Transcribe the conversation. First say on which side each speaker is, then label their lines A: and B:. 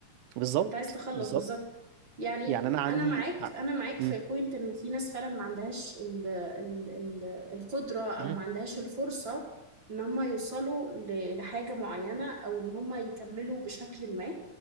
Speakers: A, on the right; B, on the right.
A: بالظبط
B: انت عايز تخلص
A: بالظبط
B: بالظبط يعني
A: يعني انا عندي
B: انا معاك
A: ع-
B: انا معاك
A: م-
B: في بوينت ان في ناس فعلا ما عندهاش ال... ال... ال... القدرة او
A: م-
B: ما عندهاش الفرصة ان هم يوصلوا ل... لحاجة معينة او ان هم يكملوا بشكل ما